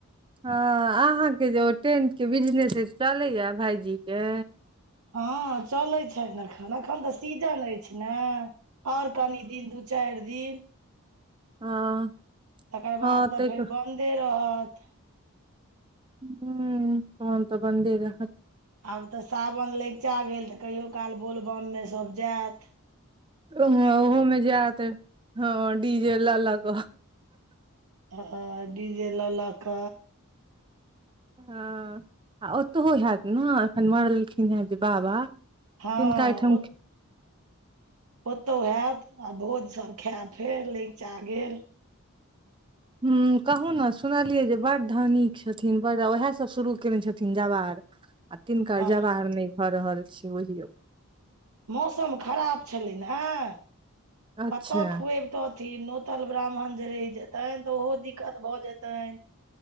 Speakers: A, on the right; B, on the right.
A: हं अहाँके जे ओ टेंट के बिजनेस ऐ चलैया भाईजी के?
B: हँ चलै छनि एखन, एखन त सीजन अछि ने आओर कनी दिन दू चारि दिन
A: हँ
B: <inaudible> तकर
A: हँ
B: बाद त
A: ताहिके
B: फेर बन दे रहत।
A: हुं तहन त बन्दे रहत।
B: आब त सावन लैगचा गेल त कहिओ काल बोलबममे सब जाएत।
A: अम ओहोमे जाएत, हं डी जे ल लक।
B: हं डी जे ल लक।
A: हं आ ओतहुओ हैत न, एखन मरलखिन हें जे बाबा?
B: हं
A: तिनका ओहिठाम
B: ओ ओतौ हैत आ भोज संग खाएब फेर लैगचा गेल।
A: हुं कहुने सुनलियै जे बड़ धनिक छथिन बड़, वैह सब शुरू केने छथिन जवार? आ तिनका
B: हँ
A: जवार नै भ रहल छै बुझिऔ।
B: मौसम खराब छलै ने <inaudible>
A: अच्छा
B: कत खुएब तथिन। नोतल ब्राह्मण जे रहि जेतनि त ओहो दिक्कत भ जेतनि।